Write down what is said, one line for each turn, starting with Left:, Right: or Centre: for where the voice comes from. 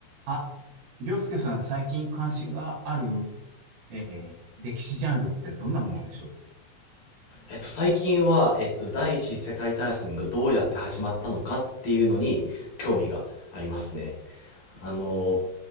Right: あ、りょうすけさん、最近関心がある、えー歴史ジャンルってどんなものでしょう
Left: えっと、最近は、えっと、第一次世界大戦がどうやって始まったのかっていうのに興味がありますね。あの、